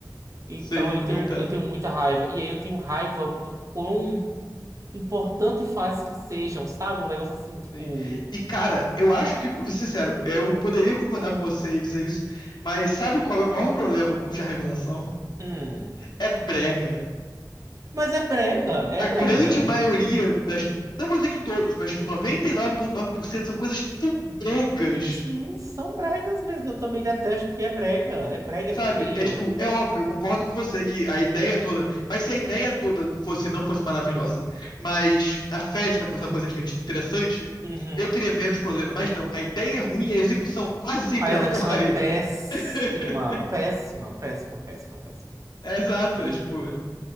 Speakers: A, on the right; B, on the left.
A: Então
B: Sim,
A: eu tenho,
B: eu entendo.
A: eu tenho muita raiva. E aí eu tenho raiva do quão importante faz que sejam, sabe? Um negócio assim, tipo.
B: Sim. E, cara, eu acho que, vou ser sincero, eu poderia concordar com você e dizer isso, mas sabe qual é o maior problema com chá revelação?
A: Hum.
B: É brega.
A: Mas é brega,
B: a
A: é
B: grande
A: brega.
B: maioria das. Não vou dizer que todos, mas tipo, 99,9% são coisas tão bregas.
A: Sim, são bregas mesmo. Eu também detesto porque é brega. É brega, é
B: Sabe?
A: feio.
B: É tipo, é óbvio, eu concordo com você que a ideia toda. Mas se a ideia toda fosse não fosse maravilhosa, mas a festa fosse uma coisa divertida, interessante,
A: Uhum.
B: eu teria menos problema. Mas não, a ideia é ruim, a execução quase sempre
A: A execução
B: é uma porcaria.
A: é péssima,
B: <laughs>
A: péssima, péssima, péssima, péssima.
B: É exato,
A: E
B: é tipo.